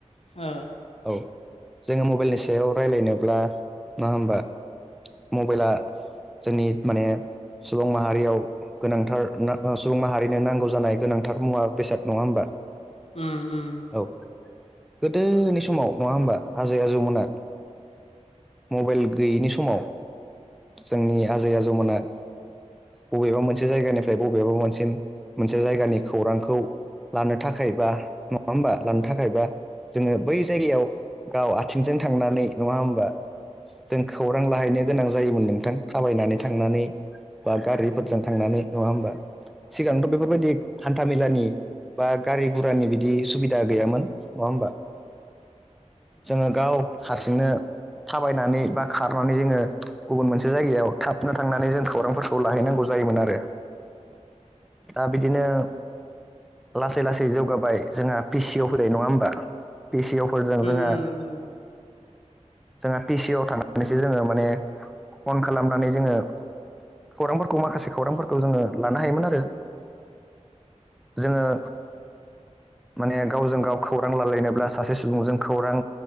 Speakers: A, on the left; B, in the centre.
A: ओ
B: औ जोङो मबाइलनि सायाव राय्लायनोब्ला मा होमबा मबाइला जोंनि माने सुबुं माहारियाव गोनांथार सुबुं माहारिनो नांगौ जानाय गोनांथार मुवा बेसाद नङा होमबा
A: उम उम
B: औ गोदोनि समाव नङा होमबा आजै आजौमोना मबाइल गैयैनि समाव जोंनि आजै आजौमोना बबेबा मोनसे जायगानिफ्राय बबेबा मोनसेसिम मोनसे जायगानि खौरांखौ लानो थाखाय बा नङा होमबा लानो थाखायबा जोङो बै जायगायाव गाव आथिंजों थांनानै नङा होमबा जों खौरां लाहैनो गोनां जायोमोन नोंथां थाबायनानै थांनानै बा गारिफोरजों थांनानै नङा होमबा सिगांथ बेफोरबायदि हान्थाामेलानि बा गारि गुरानि बिदि सुबिदा दा गैयामोन नङा होमबा जोङो गाव हारसिंनो थाबायनानै बा खारनानै जोङो गुबुन मोनसे जायगायाव थाबनो थांनानै जों खौरांफोरखौ लाहैनांगौ जायोमोन आरो
A: <inaudible>
B: दा बिदिनो लासै लासै जौगाबाय जोंहा पिसिअ फैबाय नङा होमबा पिसिअफोरजों जोंहा
A: नंगौ नंगौ
B: जोंहा पिसि आव थनानैसो जोङो माने फन खालामनानै जोङो खौरांफोरखौ माखासे खौरांफोरखौ जोङो लानो हायोमोन आरो जोङो माने गावजों गाव खौरां लालायनोब्ला सासे सुबुंजों खौरां